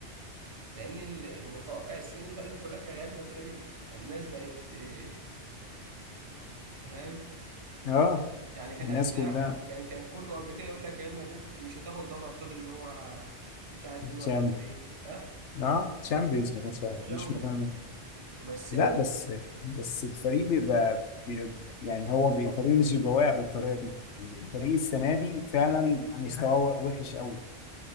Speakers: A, on the right; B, on the left.
A: لان ال- المتوقع السنين اللي فاتت كلها كان ريال مدريد فالناس بقت آه، تمام
B: اه
A: يعني كان
B: الناس
A: قبل كده
B: كلها
A: كان كان كله قبل كده يقول لك ريال مدريد مش هتاخد دوري ابطال اللي هو بتاع 22
B: شام
A: اه
B: اه شامبيونز ما كانش
A: الشامبيون
B: مش مكان
A: بس
B: لا
A: هو
B: بس بس الفريق بيبقى بيبقى- يعني هو بي- الفريق مش بيبقى واقع بالطريقه دي الفريق السنه دي فعلا مستواه وحش قوي